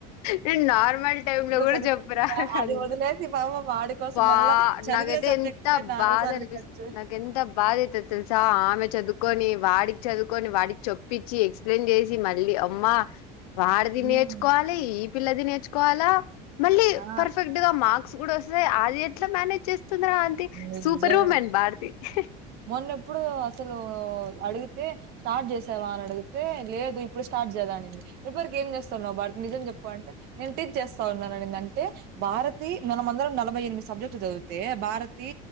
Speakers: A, on the left; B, on the right.
A: నేను నార్మల్ టైమ్ లో కూడా
B: చదువుకుంటుందా?
A: చెప్పరా
B: అది
A: అంట
B: వదిలేసి పాపం వాడి కోసం
A: బా
B: మళ్ళా చదివిన
A: నాకైతే
B: సబ్జెక్ట్‌లే
A: ఎంత బాధ
B: సార్లు
A: అనిపిస్తు
B: కట్ చేసి
A: నాకెంత బాధ అయితది తెలుసా ఆమె చదువుకొని వాడికి చదువుకొని వాడికి చొప్పించి ఎక్స్ప్లెయిన్ చేసి మళ్ళీ అమ్మా వాడిది
B: హ్మ్.
A: నేర్చు ఈ పిల్లది నేర్చుకోవాలా మళ్ళీ
B: ఆ!
A: పర్ఫెక్ట్ గా మార్క్ ర్క్స్ కూడా వస్తయి అది ఎట్లా మేనేజ్ చేస్ తుందిర అంతి
B: నిజమే.
A: సూపర్ వుమెన్ భారతి స
B: మొన్నెప్పుడు అసలు అడిగితే స్టార్ట్ చేసావా అని అడిగితే లేదు ఇప్పుడు స్టార్ట్ చేలా అనింది ఇప్పడి వరకు ఏం చేస్తాన్నావు భారతి నిజం చెప్పు అంటే నేను టీచ్ చేస్తా ఉన్నా అనింది అంటే భారతి మనమందలం నలభై ఎనిమిది సబ్జెక్ట్ చదువు తే భారతి